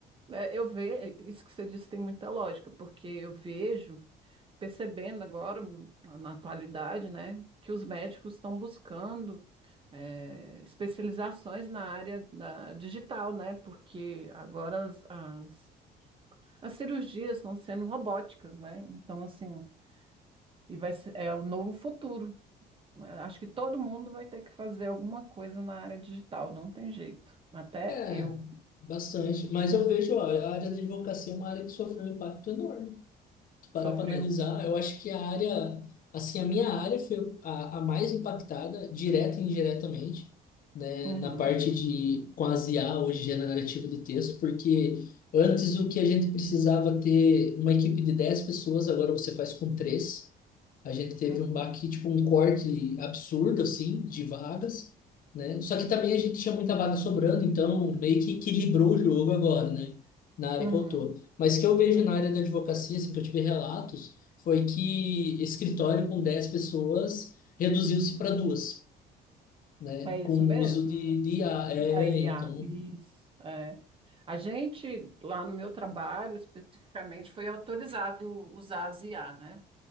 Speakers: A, on the right (about 30°); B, on the left (about 55°).
A: É, eu vejo, isso que você disse tem muita lógica, porque eu vejo. percebendo agora, na na atualidade, né, que os médicos estão buscando eh, especializações na área da digital, né, porque agora as, as, as cirurgias estão sendo robóticas, né, então assim, e vai ser, é o novo futuro. né? Acho que todo mundo vai ter que fazer alguma coisa na área digital, não tem jeito. Até
B: É,
A: eu
B: bastante. Mas eu vejo, ó, a área da advocacia é uma área que sofreu um impacto enorme. Se parar
A: sofreu.
B: para analisar, eu acho que a área, assim, a minha área foi a, a mais impactada, direta e indiretamente, né,
A: Uhum,
B: na parte de, com as IA, hoje, generativa de texto, porque antes o que a gente precisava ter uma equipe de 10 pessoas, agora você faz com três A gente teve
A: uhum,
B: um baque, tipo, um corte absurdo, assim, de vagas, né? Só que também a gente tinha muita vaga sobrando, então meio que equilibrou o jogo agora, né? Na área
A: uhum.
B: que eu tô. Mas o que eu vejo
A: Uhum.
B: na área da advocacia, assim, que eu tive relatos, foi que escritório com 10 pessoas reduziu-se para duas, né?
A: É isso
B: Com o
A: mesmo?
B: uso de,
A: né?
B: de IA. É,
A: Da I
B: então.
A: a isso, é. A gente, lá no meu trabalho, especificamente, foi autorizado usar as IA, né?